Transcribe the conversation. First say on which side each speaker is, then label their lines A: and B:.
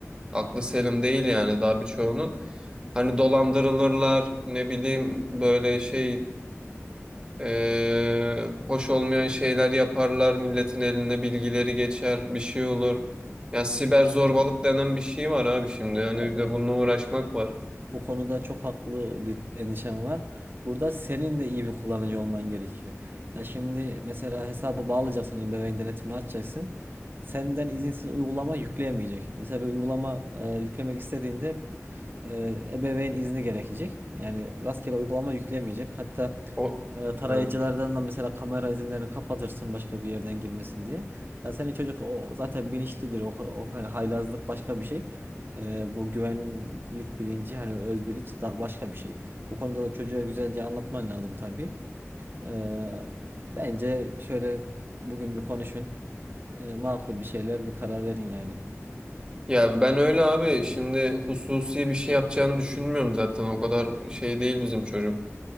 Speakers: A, on the right; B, on the right.
A: aklı selim değil yani daha birçoğunun. Hani dolandırılırlar, ne bileyim böyle şey ee, hoş olmayan şeyler yaparlar, milletin eline bilgileri geçer, bir şey olur. Ya siber zorbalık denen bir şey var abi şimdi. Yani
B: Ya bu
A: bir de bununla uğraşmak var.
B: Bu konuda çok haklı bir endişem var. Burada senin de iyi bir kullanıcı olman gerekiyor. Ya şimdi mesela hesabı bağlayacaksın, ebeveyn denetimini açacaksın. Senden izinsiz uygulama yükleyemeyecek. Mesela bir uygulama e, yüklemek istediğinde e, ebeveyn izni gerekecek. Yani rastgele uygulama yüklemeyecek. Hatta
A: O
B: e, tarayıcılardan
A: Hı.
B: da mesela kamera izinlerini kapatırsın başka bir yerden girmesin diye. Ya senin çocuk o zaten bilinçlidir. O, o hani haylazlık başka bir şey. E, bu güvenlik bilinci hani öz bilinç da başka bir şey. Bu konuda da çocuğa güzelce anlatman lazım tabii. Ee, bence şöyle bugün bir konuşun. Ee, makul bir şeyler bir karar verin yani.
A: Ya ben öyle abi şimdi hususi bir şey yapacağını düşünmüyorum zaten. O kadar şey değil bizim çocuk.